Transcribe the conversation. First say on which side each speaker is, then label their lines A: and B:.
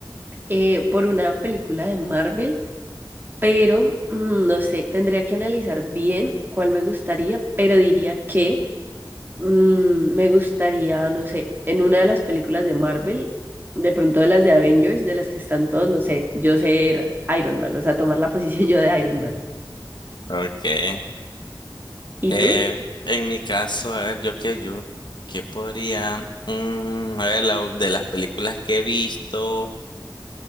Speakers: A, on the right; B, on the left.
A: eh, por una película de Marvel, pero mm, no sé, tendría que analizar bien cuál me gustaría, pero diría que mm, me gustaría, no sé, en una de las películas de Marvel. De pronto de las de Avengers, de las que están todos, no sé, yo ser Iron Man, o sea, tomar la posición <laughs> yo de Iron
B: Mm.
A: Man.
B: Okay.
A: ¿Y
B: Eh,
A: tú?
B: en mi caso, a ver, yo qué, yo, qué podría, Mm, a ver, la- de las películas que he visto.